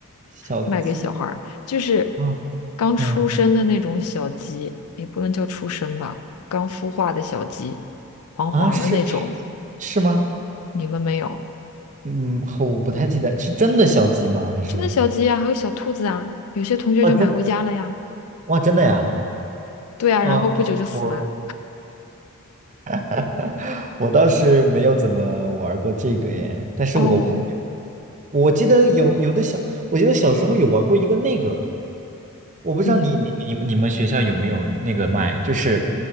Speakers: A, on the right; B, on the left.
A: 小鸡
B: 卖给小孩儿，就是
A: 啊，
B: 刚出生的那种小鸡，
A: 嗯
B: 也不能叫出生吧，刚孵化的小鸡，黄黄的那种。
A: 啊，是是是是吗？
B: 你们没有？
A: 嗯，我不太记得，是真的小鸡吗？还是
B: 真的小鸡啊，还有小兔子啊，有些同学就买回家了呀。
A: 哇真哇真的呀？
B: 对啊，
A: 哦，
B: 然后不久就死了。
A: 我。<laughs> 我倒是没有怎么玩过这个耶，但是我会，
B: 哦，
A: 我记得有有的小，我记得小时候有玩过一个那个，我不知道你你你你们学校有没有那个卖，
B: 嗯
A: 就是